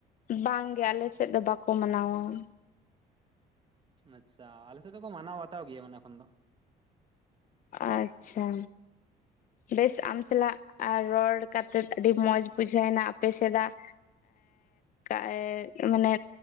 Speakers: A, on the left; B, on the right.
A: ᱵᱟᱝ ᱜᱮ ᱟᱞᱮ ᱥᱮᱫ ᱫᱚ ᱵᱟᱠᱚ ᱢᱟᱱᱟᱣᱟ ᱾
B: ᱟᱪᱪᱷᱟ ᱟᱞᱮᱥᱮᱫ ᱫᱚᱠᱚ ᱢᱟᱱᱟᱣ ᱵᱟᱛᱟᱣ ᱜᱮᱭᱟ ᱢᱟᱱᱮ ᱮᱠᱷᱚᱱ ᱫᱚ ᱾
A: ᱟᱪᱪᱷᱟ ᱵᱮᱥ ᱟᱢ ᱥᱟᱞᱟᱜ ᱨᱚᱲ ᱠᱟᱛᱮ ᱟᱹᱰᱤ ᱢᱚᱸᱡᱽ ᱵᱩᱡᱷᱟᱹᱣᱱᱟ ᱟᱯᱮ ᱥᱮᱫᱟᱜ ᱮ ᱢᱟᱱᱮ